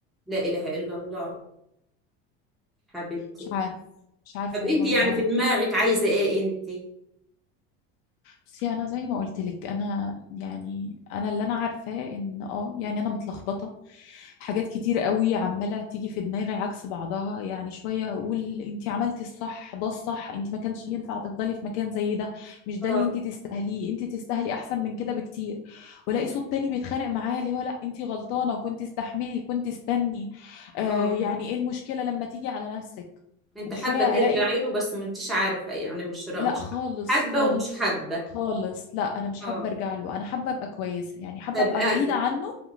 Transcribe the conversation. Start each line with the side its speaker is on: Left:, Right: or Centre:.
Centre: لا إله إلا الله حبيبتي
Left: مش عارف مش عارفة
Centre: طب أنت
Left: والله
Centre: يعني
Left: أعمل
Centre: في دماغك عايزة إيه أنت
Left: بس انا زي ما قلت لك انا يعني انا اللي انا عارفاه ان اه يعني انا متلخبطه حاجات كتير قوي عماله تيجي في دماغي عكس بعضها يعني شويه اقول انت عملتي الصح ده الصح انت ما كانش ينفع تفضلي في مكان زي ده مش ده
Centre: اه
Left: اللي انت تستاهليه انت تستاهلي احسن من كده بكتير والاقي صوت تاني بيتخانق معايا اللي هو لا انت غلطانه كنت استحملي كنت استني آه
Centre: اه
Left: يعني ايه المشكله لما تيجي على نفسك
Centre: أنت
Left: وبشويه
Centre: حابة ترجعي
Left: الاقي
Centre: له بس ما أنتش عارفة يعني مش را...
Left: لا
Centre: مش
Left: خالص
Centre: حابة
Left: خالص
Centre: ومش حابة
Left: خالص لا انا مش
Centre: اه
Left: حابه ارجع له انا حابه ابقى كويسه يعني حابه
Centre: طب
Left: ابقى
Centre: آه،
Left: بعيده عنه